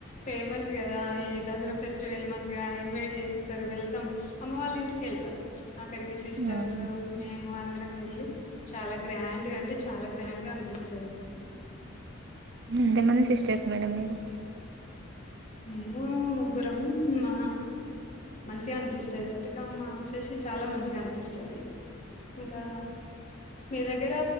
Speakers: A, on the left; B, on the right.
A: ఫేమస్ కదా ఈ దసరా ఫెస్టివల్ మంచిగా ఇన్వైట్ చేస్తారు వెళ్తాం అమ్మ వాళ్ళ ఇంటికి వెళ్తాం అక్కడికి సిస్టర్స్
B: అవునా
A: మేము అందరం వెళ్ళి చాలా గ్రాండ్గా అంటే చాలా గ్రాండ్గా అనిపిస్తది మాకు
B: ఎంతమంది సిస్టర్స్ మేడం మీరు
A: మేము ముగ్గురం మా మంచిగా అనిపిస్తది బతుకమ్మ వచ్చేసి చాలా మంచిగా అనిపిస్తది ఇంకా మీ దగ్గర